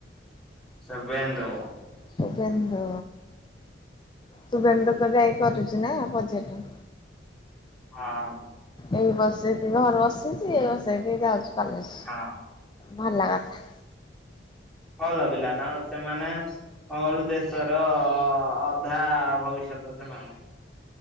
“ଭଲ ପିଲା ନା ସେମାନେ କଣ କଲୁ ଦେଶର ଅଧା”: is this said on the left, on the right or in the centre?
Centre